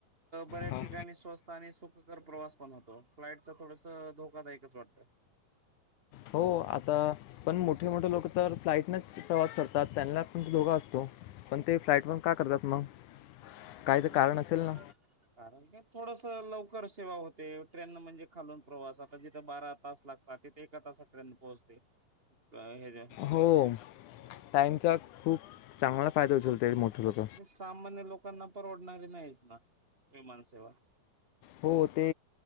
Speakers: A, on the right; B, on the left.
A: बऱ्याच
B: हां
A: ठिकाणी स्वस्त आणि सुखकर प्रवास पण होतो फ्लाइट चा थोडस धोकादायकच वाटतय
B: हो आता पण मोठे मोठे लोक तर फ्लाईटनेच प्रवास करतात त्यांना पण त धोका असतो. पण ते फ्लाईटवरण का करतात मग काय तर कारण
A: धोका
B: असेल
A: म्हणजे
B: ना
A: कारण का थोडस लवकर सेवा होते ट्रेनन म्हणजे खालून प्रवास आता जिथं बारा तास लागतो ते एका ताासकर्यंत पोहोचते हे ज
B: हो टाइमचा खूप चांगला फायदा होचलत मोठ लोक
A: सामान्य लोकांना परवडणारी नाहीच ना विमानसेवा
B: हो ते